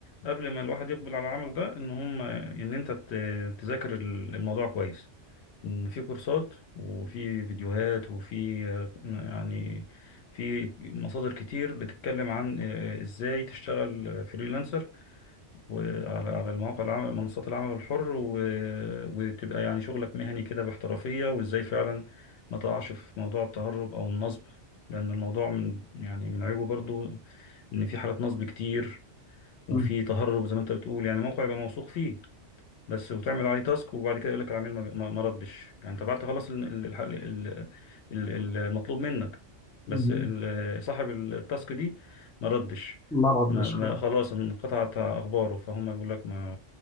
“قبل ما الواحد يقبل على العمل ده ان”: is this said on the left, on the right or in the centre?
Left